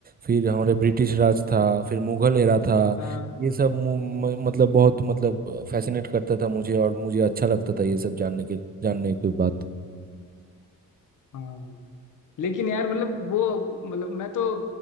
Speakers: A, on the right; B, on the left.
A: फिर हमारे ब्रिटिश राज था फिर मुगल एरा था
B: हाँ
A: ये सब मु- म- मतलब बहुत मतलब फैसिनेट करता था मुझे और मुझे अच्छा लगता था ये सब जानने के जानने के बाद
B: हाँ लेकिन यार मतलब वो मतलब मैं तो